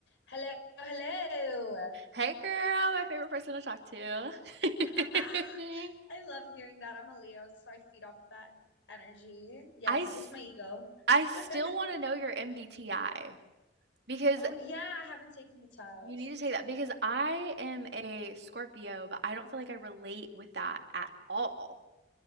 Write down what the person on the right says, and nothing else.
Hey girl, my favorite person to talk to.
<laughs>
I s-
I still want to know your MBTI because
you need to take that because I am a Scorpio, but I don't feel like I relate with that at all.